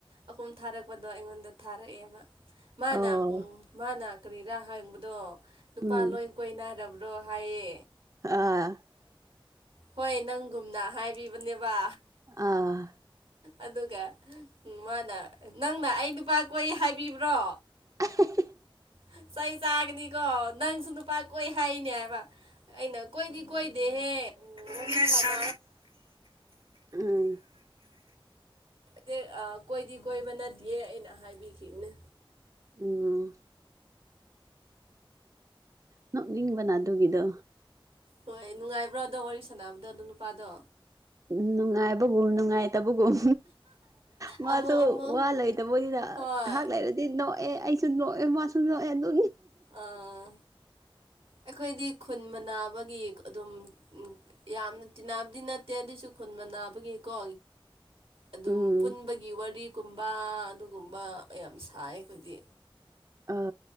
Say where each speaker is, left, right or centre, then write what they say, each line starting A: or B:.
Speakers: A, on the right (about 85°); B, on the right (about 35°).
A: ꯑꯍꯨꯝ ꯊꯥꯔꯛꯄꯗꯣ ꯑꯩꯉꯣꯟꯗ ꯊꯥꯔꯛꯑꯦꯕ ꯃꯥꯅ
B: ꯑꯣ
A: ꯎꯝ ꯃꯥꯅ ꯀꯔꯤꯔꯥ ꯍꯪꯕꯗꯣ ꯅꯨꯄꯥ
B: ꯎꯝ
A: ꯂꯣꯏ ꯀꯣꯏ ꯅꯥꯏꯔꯕ꯭ꯔꯥ ꯔꯍꯌꯦ
B: ꯑꯥ
A: ꯍꯣꯏ ꯅꯪꯒꯨꯝꯅ ꯍꯥꯏꯕꯤꯕꯅꯦꯕ
B: ꯑꯥ
A: ꯑꯗꯨꯒ ꯃꯥꯅ ꯅꯪꯅ ꯑꯩ ꯅꯨꯄꯥ ꯀꯣꯏ ꯍꯥꯏꯕꯤꯕ꯭ꯔꯣ
B: <inaudible> <unintelligible>
A: ꯍ ꯇ ꯆꯥꯒꯅꯤꯀꯣ ꯅꯪꯁꯨ ꯅꯨꯄꯥ ꯀꯣꯏ ꯍꯥꯏꯔꯤꯅꯦ ꯍꯥꯏꯕ ꯑꯩꯅ ꯀꯣꯏꯗꯤ ꯀꯣꯏꯗꯦꯍꯦ ꯎꯟꯅ ꯁ
B: ꯎꯝ
A: ꯌꯦ ꯑ ꯀꯣꯏꯗꯤ ꯀꯣꯏꯕ ꯅꯠꯇꯦ ꯑꯩꯅ ꯍꯥꯏꯕꯤꯈꯤꯕꯅꯦ
B: ꯑꯣ ꯅꯕꯅꯥꯗꯨꯒꯤꯗꯣ
A: ꯍꯣꯏ ꯅꯨꯡꯉꯥꯏꯕ꯭ꯔꯣ ꯑꯗꯣ ꯋꯥꯔꯤ ꯁꯥꯟꯅꯕꯗꯣ ꯑꯗꯣ ꯅꯨꯄꯥꯗꯣ
B: ꯅꯨꯡꯉꯥꯏꯕꯒꯨꯝ ꯅꯨꯡꯉꯥꯏ ꯇꯕꯒꯨꯝ ꯃꯥꯁꯨ
A: ꯑꯃꯨꯛ ꯑꯃꯨꯛ
B: ꯋꯥ ꯂꯩꯇꯕꯣꯏꯅꯤꯅ
A: ꯍꯣꯏ
B: ꯉꯥꯏꯍꯥꯛ ꯂꯩꯔꯗꯤ ꯅꯣꯛꯑꯦ ꯑꯩ ꯁꯨ ꯅꯣꯛꯑꯦ ꯃꯥꯁꯨꯨꯝ ꯅꯣꯛꯑꯦ ꯑꯗꯨ
A: ꯑꯥ ꯑꯩꯈꯣꯏꯗꯤ ꯈꯨꯟ ꯃꯅꯥ ꯒꯤ ꯑꯗꯨꯝ ꯌꯥꯝꯅ ꯇꯤꯟꯅꯕꯗꯤ ꯅꯠꯇꯦ ꯑꯗꯨꯏꯁꯨ ꯈꯨꯟꯕ ꯅꯥꯕꯒꯤꯀꯣ ꯑꯗꯨꯝ
B: ꯎꯝ
A: ꯄꯨꯟꯕꯒꯤ ꯋꯥꯔꯤ ꯀꯨꯝꯕ ꯑꯗꯨꯒꯨꯝꯕ ꯌꯥꯝ ꯁꯥꯏ ꯑꯩꯈꯣꯏꯗꯤ
B: ꯑ